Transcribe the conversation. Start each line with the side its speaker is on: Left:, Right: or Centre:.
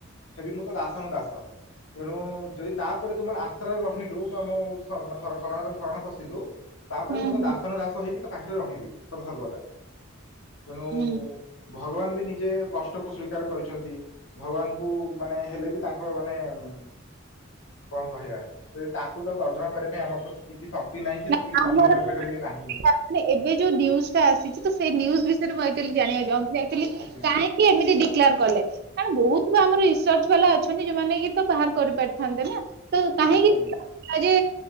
Left: ହେବି ମୁଁ ତ ଦାସ ନ ଦାସ ତେଣୁ ଯଦି ତାପରେ ତୁ ମର ଆଶ୍ରରେ ରହିଲୁ ମୁଁ ସ ମାନେ ସରଣ ଶରଣରେ ଶରଣ ପଶିଲୁ ତାପରେ
Right: ହୁଁ
Left: ମୁଁ ତ
Right: ହୁଁ
Left: ଦାସନ ଦାସ ହେଇକି ତା ପାଖରେ ରହିବି। ହର୍ବଦା ତେଣୁ
Right: ହୁଁ
Left: ଭଗବାନ ବି ନିଜେ କଷ୍ଟକୁ ସ୍ୱୀକାର କରିଛନ୍ତି। ଭଗବାନଙ୍କୁ ମାନେ ହେଲେ ବି ତାଙ୍କର ମାନେ ଉ କଣ କହିବା? ଯଦି ତାକୁ ତ ତର୍ଜମା କରିବା ପାଇଁ ଆମର ତ ସେତିକି ଶକ୍ତି ନାହିଁ କି
Right: ନା
Left: ସେତିକି
Right: ଆମର
Left: ସମୟ ବି ଆମ
Right: ତ
Left: ପାଖରେ ବି ନାହିଁ।
Right: ମାନେ ଏବେ ଯୋଉ ନ୍ୟୁଜଟା ଆସିଚି ତ ସେଇ ନ୍ୟୁଜ୍ ବିଷୟ ରେ ମୁଁ ଆକଚୁଆଲି ଜଣିବାକୁ ଚାହୁଁ ଆକଚୁଆଲି।
Left: ଆଜ୍ଞା।
Right: କାହିଁକି ଏମିତି ଡିକଲାର କଲେ? କାରଣ ବହୁତ ଆମର ରିସର୍ଚ ବାଲା ଅଛନ୍ତି ଯୋଉମାନେ କି ତ ବାହାର କରିପାରିଥାନ୍ତେ ନା। ତ କାହିଁକି
Left: ନିଶ୍ଚୟ ନିଶ୍ଚୟ।
Right: ଆଜି